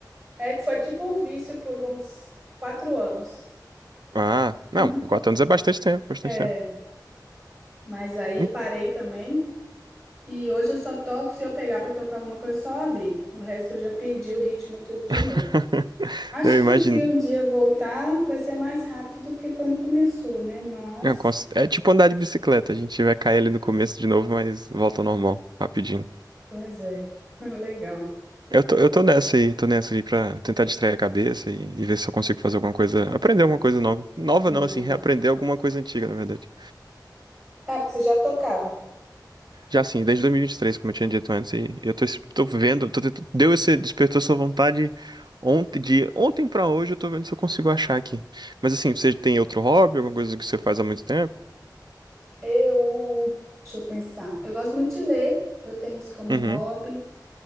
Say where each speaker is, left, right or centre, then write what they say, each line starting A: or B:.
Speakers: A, on the right; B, on the right.
A: é, foi tipo um vício por uns quatro anos.
B: Ah, não,
A: <laughs>
B: quatro anos é bastante tempo, bastante
A: É,
B: tempo.
A: mas aí
B: Hum.
A: parei também. E hoje eu só toco se eu pegar pra tocar alguma coisa só AB. O resto eu já perdi o ritmo tudo de
B: <laughs>
A: novo. Acho
B: Eu
A: que
B: imagino.
A: se um dia eu voltar, vai ser mais rápido do que quando começou, né? Mas,
B: É, cons- é tipo andar de bicicleta, a gente vai cair ali no começo de novo, mas volta ao normal, rapidinho.
A: pois é, <laughs> legal.
B: Eu tô, eu tô nessa aí, tô nessa aí pra tentar distrair a cabeça e, e ver se eu consigo fazer alguma coisa, aprender alguma coisa nova. Nova não,
A: Nova.
B: assim, reaprender alguma coisa antiga, na verdade.
A: Ah, porque você já tocava.
B: Já assim, desde dois mil e e vinte e três, como eu tinha dito antes, e eu tô, es- tô vendo, tô tentando, deu esse, despertou essa vontade ontem, de ontem pra hoje, eu tô vendo se eu consigo achar aqui. Mas assim, você tem outro hobby, alguma coisa que você faz há muito tempo?
A: Eu, deixa eu pensar. Eu gosto muito de ler, eu tenho isso como
B: Uhum.
A: um hobby.